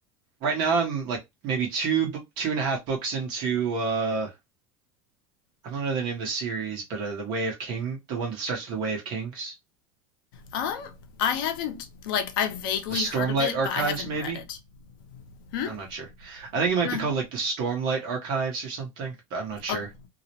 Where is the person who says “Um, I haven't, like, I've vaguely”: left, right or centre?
Left